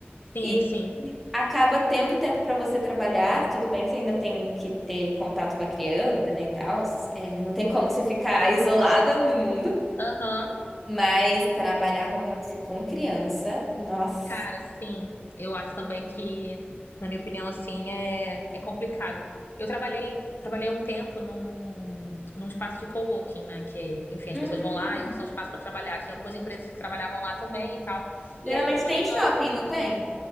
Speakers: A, on the left (about 60°); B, in the centre.
A: Sim,
B: E
A: sim.
B: acaba tendo tempo pra você trabalhar. Tudo bem que você ainda tem que ter contato com a criança, né, e tal. É, não tem como você ficar isolada no mundo.
A: Aham.
B: Mas trabalhar home office com criança, nossa.
A: Cara, sim. Eu acho também que, na minha opinião, assim, é, é complicado. Eu trabalhei, trabalhei um tempo num, num espaço de coworking, né? Que, enfim, as
B: Hum.
A: pessoas vão lá e usam o espaço para trabalhar. Tinha algumas empresas que trabalhavam lá também e tal.
B: Geralmente
A: E aí tinha uma
B: tem
A: senhora.
B: em shopping, não tem?